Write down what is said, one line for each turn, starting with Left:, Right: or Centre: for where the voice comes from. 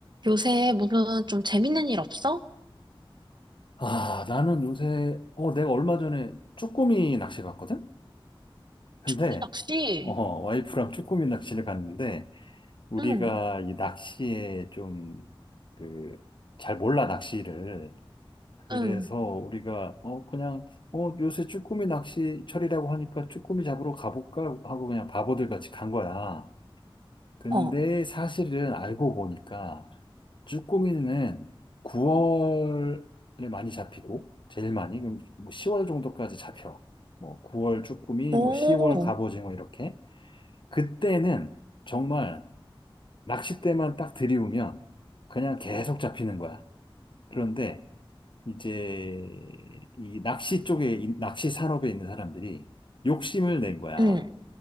Right: 요새 무슨 좀 재밌는 일 없어?
Left: 아, 나는 요새, 어, 내가 얼마 전에 쭈꾸미 낚시 갔거든? 근데,
Right: 호기 낚시.
Left: 어, 와이프랑 쭈꾸미 낚시를 갔는데, 우리가
Right: 응,
Left: 이 낚시에 좀, 그, 잘 몰라, 낚시를. 그래서
Right: 응,
Left: 우리가, 어, 그냥, 어, 요새 쭈꾸미 낚시철이라고 하니까 쭈꾸미 잡으러 가볼까? 하고 그냥 바보들 같이 간 거야. 근데
Right: 어,
Left: 사실은 알고 보니까, 쭈꾸미는 9월에 많이 잡히고, 제일 많이, 그럼 뭐 10월 정도까지 잡혀. 뭐 9월 쭈꾸미,
Right: 오,
Left: 뭐 10월 갑오징어 이렇게. 그때는 정말 낚싯대만 딱 들이우면 그냥 계속 잡히는 거야. 그런데 이제 이 낚시 쪽에, 이 낚시 산업에 있는 사람들이 욕심을 낸 거야.
Right: 응.